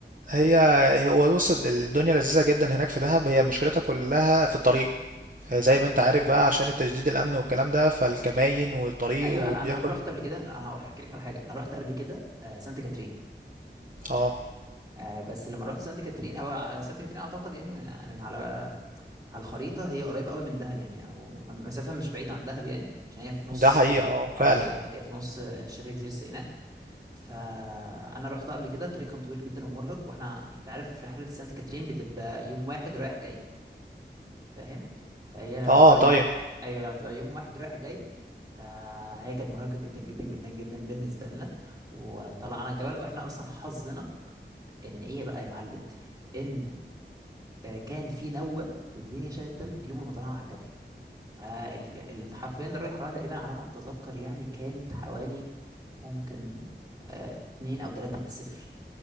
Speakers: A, on the right; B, on the right.
A: هي هي هو بص الدنيا لذيذة جدا هناك في دهب هي مشكلتها كلها في الطريق هي زي ما انت
B: امم
A: عارف بقى عشان التشديد الأمن والكلام ده فالكماين والطريق
B: ايوه
A: وبياخد
B: انا انا انا رحت قبل كده انا أنا هحكي لك على حاجه انا رحت قبل كده آه، سانت كاترين
A: اه
B: آه، بس لما رحت سانت كاترين او آه، سانت كاترين اعتقد يعني من من على على الخريطه هي قريبه قوي من دهب يعني او مسافه مش بعيده عن دهب يعني عشان هي في نص
A: ده حقيقة اه فعلا
B: اه هي في هي في نص آه، شبه جزيره سيناء فانا رحت قبل كده الطريق كان طويل جدا ومرهق واحنا انت عارف رحله سانت كاترين بتبقى يوم واحد رايح جاي فاهم فهي لما
A: اه
B: بتبقى
A: طيب
B: يوم... ايوه لما بتبقى يوم واحد رايح جاي فهي كانت مرهقه جدا جدا جدا جدا بالنسبه لنا وطلعنا الجبل واحنا اصلا حظنا ان ايه بقى يا معلم ان آه، كان في نوه والدنيا شالت تلج يوم ما طلعنا على الجبل فالحرفين درجه الحراره تقريبا على ما اتذكر يعني كانت حوالي ممكن آه، اتنين او تلاتة تحت الصفر